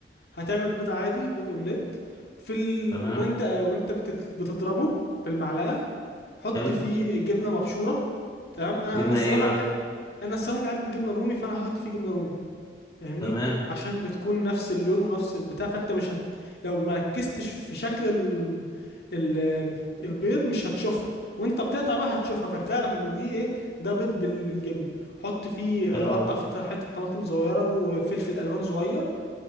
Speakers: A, on the left (about 65°); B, on the left (about 20°).
A: هتعمل بيض عادي بيض اومليت في ال...
B: تمام
A: وانت آه، وانت بتد... بتضربه بالمعلقة حط
B: حلو
A: فيه جبنه مبشوره تمام انا
B: جبنا
A: انا الصراحه
B: ايه بقى
A: بحب انا الصراحه بحب الجبنه الرومي فانا هحط فيه جبنه رومي فاهمني
B: تمام
A: عشان بتكون نفس اللون ونفس البتاع فانت مش هت... لو ما ركزتش في شكل ال... ال... البيض مش هتشوفها وانت بتقطع بقى هتشوفها فتعرف ان دي ايه ده بيض بال... بالجبنه حط فيه
B: حلو
A: آه، قطع
B: أوي
A: فيه حته طماطم صغيره وفلفل الوان صغير